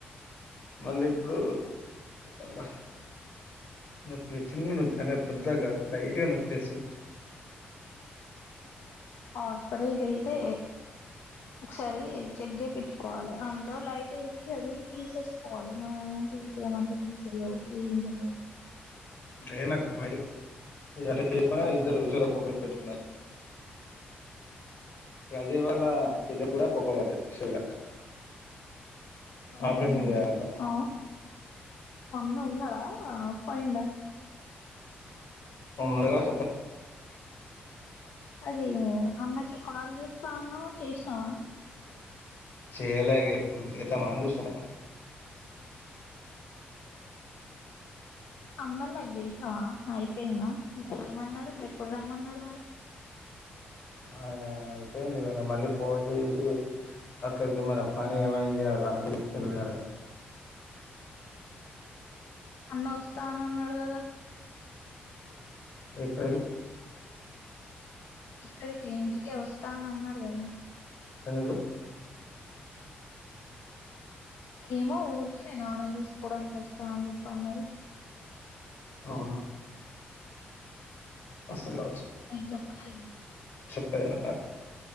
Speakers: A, on the left (about 55°); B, on the left (about 70°).
A: మళ్ళీ ఇప్పుడు అబ్బా నొప్పొచ్చింది అంటే పెద్దగా కాదు లైట్‌గా నొప్పి లేస్తుంది.
B: హాస్పిటల్కి వెళ్తే ఒకసారి చెక్ చేపిచ్చుకోవాలి అందులో లైట్ వేసి అది తీసేసుకోవాలి నువ్వు తీసేయమంటే తీసేయవు క్లీన్ చేయవు
A: లే నాకు భయం అయితది నాకు అట్లా చేసుకుని ఇద్దరు చెవిలో బొక్కలు పెట్టుకున్నారు ఇప్పుడూ అజయ్ వాళ్ళ చెల్లె కూడా బొక్క పడ్డది, చెవుల ఆపరేషన్
B: అవునా
A: చేయాలంటా
B: అవును అన్న ఉన్నాడా పోయిండా
A: ఉండరుగా సార్ ఊ
B: అది అన్నకి కాల్ చేస్తా అన్నావ్ చేసినావా
A: చేయలేగా ఇప్పుడు చేద్దామా అని చూస్తున్నా
B: స అమ్మని నాకు చేసినావా అయిపోయిందా ఏమన్నాడు ఎప్పుడు రమ్మన్నాడు మరి
A: ఆ ఆయన అయిపోయింది ఈవనా మళ్ళీ ఫోన్ చేసి అక్కకి మరి ఆ పని ఏమైంది? ఆ రాడ్లు <unintelligible>
B: అన్న వస్తా అన అన్నాడు కదా
A: ఎక్కడికి
B: ఇక్కడికి ఇంటికే వస్తా అని అన్నాడు కదా
A: ఎందుకు
B: ఏమో ఊరికే నేను నాన్నను చూసిపోవడానికి వస్తా అని చెప్ప అన్నారు
A: అవునా వస్తది కావచ్చు
B: నీకు చెప్పలేదు
A: చెప్తా ఇగ